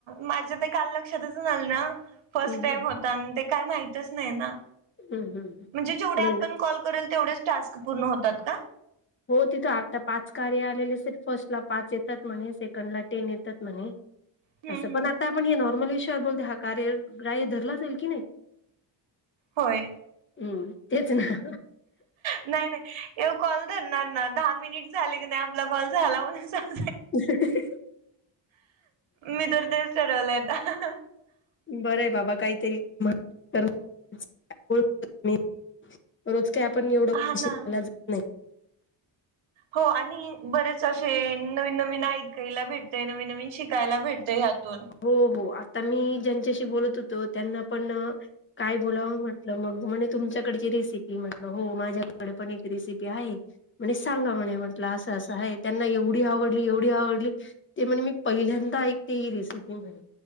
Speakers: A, on the right; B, on the left.
A: माझ ते काल लक्षातच झालं ना फर्स्ट
B: हं
A: टाइम
B: हं
A: हो ता न ते काय माहितच नही ना,
B: हं हं. हं.
A: म्हणजे जेवढे
B: नाही
A: आपण
B: ना
A: कॉल करल तेवढेच टास्क पूर्ण होतात का?
B: हो तिथं आता पाच कार्य आलेले सेल, फर्स्टला पाच येतात म्हणे, सेकंडला टेन येतात म्हणे.
A: हम्म
B: असं
A: हम्म.
B: पण आता आपण हे नॉर्मल विषयावर बोलते, हा कार्य ग्राह्य धरला जाईल की नाही?
A: होय!
B: ऊं तेच ना.
A: नाही, नाही एव कॉल धरणार ना दहा मिनिट झाले क नाही आपला कॉल झाला म्हनु सं
B: <unintelligible>
A: मी तर तेच ठरवलंय अता.
B: बरंय बाबा काहीतरी <unintelligible> रोज काय आपण एवढं <unintelligible>
A: हा ना
B: जात नाही.
A: हो आणि बरेच असे नवीन-नवीन आयकयला भेटतय, नवीन-नवीन शिकायला भेटतय ह्यातून
B: हो हो आता मी ज्यांच्याशी बोलत होतो त्यांना पण काय बोलावं म्हटलं मग, म्हने तुमच्याकडची रेसिपी म्हटलं हो माझ्याकडे पण एक रेसिपी आहे. म्हणे सांगा म्हणे म्हटलं असं असं आहे, त्यांना एवढी आवडली, एवढी आवडली. ते म्हणे मी पहिल्यांदा ऐकते ही रेसिपी म्हणे.